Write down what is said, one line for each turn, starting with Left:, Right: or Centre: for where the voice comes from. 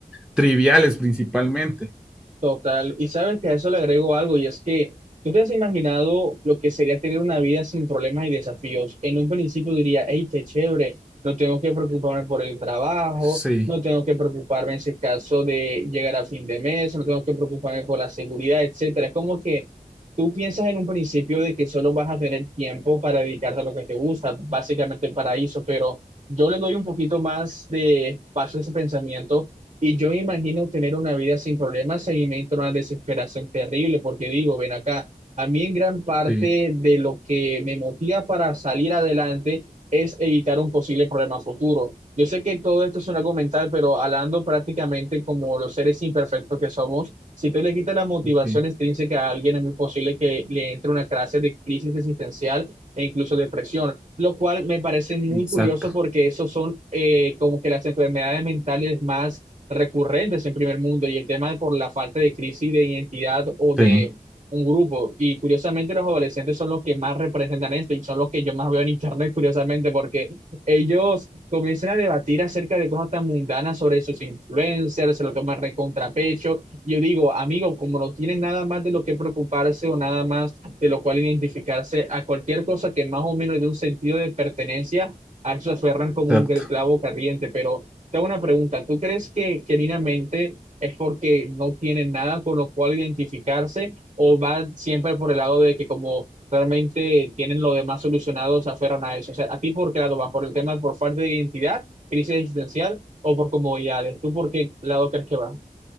Centre: triviales principalmente.
Right: Total, y sabes que a eso le agrego algo, y es que tú te has imaginado lo que sería tener una vida sin problemas y desafíos. En un principio diría, hey, qué chévere, no tengo que preocuparme por el trabajo,
Centre: Sí,
Right: no tengo que preocuparme en ese caso de llegar a fin de mes, no tengo que preocuparme por la seguridad, etcétera. Es como que tú piensas en un principio de que solo vas a tener tiempo para dedicarte a lo que te gusta, básicamente el paraíso, pero yo le doy un poquito más de paso a ese pensamiento y yo me imagino tener una vida sin problemas, ahí me entra una desesperación terrible, porque digo, ven acá, a mí en gran parte
Centre: sí,
Right: de lo que me motiva para salir adelante es evitar un posible problema futuro. Yo sé que todo esto es un algo mental, pero hablando prácticamente como los seres imperfectos que somos, si tú le quitas la motivación
Centre: ok,
Right: extrínseca a alguien, es muy posible que le entre una clase de crisis existencial e incluso depresión, lo cual me parece muy
Centre: exacto.
Right: curioso porque esos son eh, como que las enfermedades mentales más recurrentes en primer mundo y el tema por la falta de crisis de identidad o de
Centre: Sí,
Right: un grupo. Y curiosamente los adolescentes son los que más representan esto y son los que yo más veo en internet, curiosamente, porque ellos comienzan a debatir acerca de cosas tan mundanas sobre sus influencers, se lo toman re contrapecho. Yo digo, amigo, como no tienen nada más de lo que preocuparse o nada más de lo cual identificarse a cualquier cosa que más o menos de un sentido de pertenencia, a eso se aferran como
Centre: exacto.
Right: un clavo caliente, pero te hago una pregunta. ¿Tú crees que genuinamente es porque no tienen nada con lo cual identificarse o va siempre por el lado de que como realmente tienen lo demás solucionado, se aferran a eso? O sea, ¿a ti por qué lado va? ¿Por el tema por falta de identidad, crisis existencial o por comodidades? ¿Tú por qué lado crees que va?